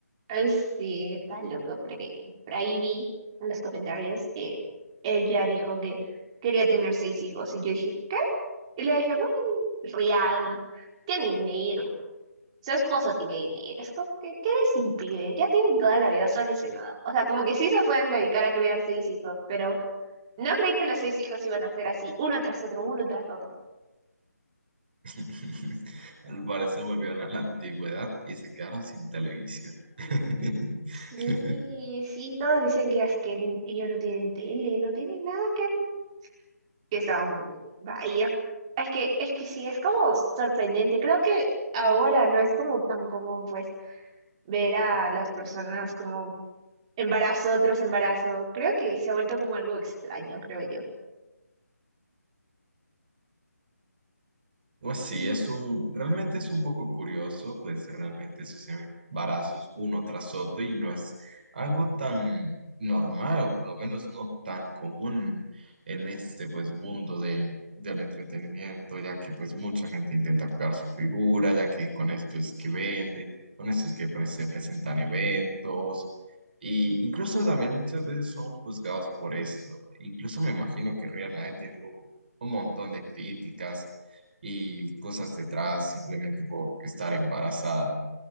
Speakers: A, on the right; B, on the right.
A: Eh, Sí, está loco, porque por ahí vi en los comentarios que ella dijo que quería tener seis hijos y yo dije, ¿qué? Y le dije, bueno, Rihanna tiene dinero, su esposo tiene dinero, es como que, ¿qué les impide? Ya tienen toda la vida solucionada. O sea, como que sí se pueden dedicar a criar seis hijos, pero no creí que los seis hijos iban a ser así, uno tras otro, uno tras otro.
B: <laughs> Al parecer volvieron a la antigüedad y se quedaron sin televisión. <laughs>
A: Sí, sí, todos dicen que es que ni- ellos no tienen tele, no tienen nada que hacer. Y estábamos como que, vaya. Es que, es que sí, es como sorprendente. Creo que ahora no es como tan común, pues, ver a las personas como Embarazo tras embarazo. Creo que se ha vuelto como algo extraño, creo yo.
B: Pues sí, es un, realmente es un poco curioso, pues realmente esos embarazos uno tras otro y no es algo tan normal o por lo menos no tan común en este pues mundo de, del entretenimiento, ya que pues mucha gente intenta cuidar su figura, ya que con esto es que vende, con esto es que pre- se presentan eventos y incluso también muchas veces son juzgados por esto. Incluso me imagino que Rihanna debe tener un un montón de críticas y cosas detrás simplemente por estar embarazada,